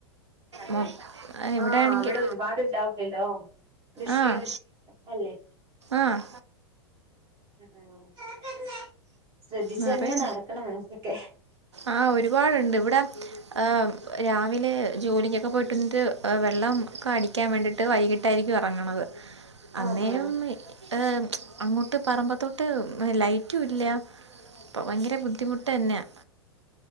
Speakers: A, on the right; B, on the right.
A: അതെ
B: മൊ ഇവിടെയാണെങ്കിൽ
A: ആഹ് അവിടൊരുപാട് ഇണ്ടാവൂലല്ലോ കൃഷിയും
B: ആഹ്
A: അല്ലേ
B: ആഹ്
A: <unintelligible> ശ്രദ്ധിച്ചന്നെ
B: നെറയെ
A: നടക്കണം ഇതൊക്കെ
B: ആഹ് ഒരുപാടുണ്ട് ഇവിടെ ആ രാവിലെ ജോലിക്കെക്ക പോയിട്ട് വന്നിട്ട് വെള്ളം ഒക്ക അടിക്കാൻ വേണ്ടിട്ട് വൈകിട്ടായിരിക്കും എറങ്ങണത്
A: ആഹ്
B: അന്നേരം
A: ആഹ്
B: അ് അങ്ങോട്ട് പറമ്പത്തോട്ട് ലൈറ്റുവില്ല്യ അപ്പൊ ഭയങ്കര ബുദ്ധിമുട്ടന്നെയാ